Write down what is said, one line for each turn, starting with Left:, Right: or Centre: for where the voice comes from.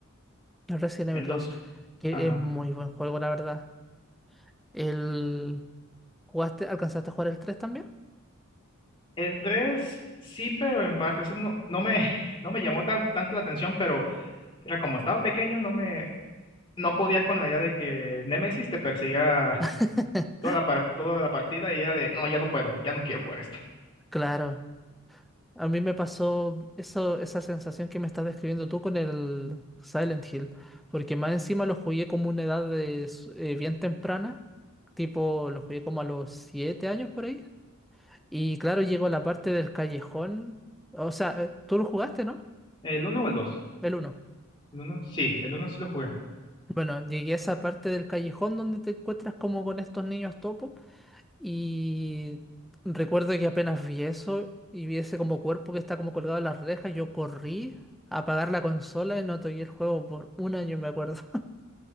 Centre: El Resident Evil
Left: El
Centre: dos
Left: dos
Centre: que
Left: ajá.
Centre: es muy buen juego, la verdad. El, ¿jugaste, alcanzaste a jugar el tres también?
Left: El tres sí, pero en parte, ese no, no me, <laughs> no me llamó tan, tanto la atención, pero era como estaba pequeño, no me, no podía con la idea de que Nemesis te perseguía
Centre: <laughs>
Left: toda la, par- toda la partida y era de, no, ya no puedo, ya no quiero jugar esto.
Centre: Claro, a mí me pasó eso, esa sensación que me estás describiendo tú con el Silent Hill, porque más encima lo jugué como una edad de, s- eh, bien temprana, tipo lo jugué como a los 7 años por ahí, Y claro, llego a la parte del callejón. O sea, eh, tú lo jugaste, ¿no?
Left: ¿El uno o el dos
Centre: El uno.
Left: El uno sí, el uno sí lo jugué.
Centre: Bueno, llegué a esa parte del callejón donde te encuentras como con estos niños topo. Y recuerdo que apenas vi eso y vi ese como cuerpo que está como colgado en las rejas, yo corrí a apagar la consola y no toqué el juego por un año, me acuerdo. <laughs>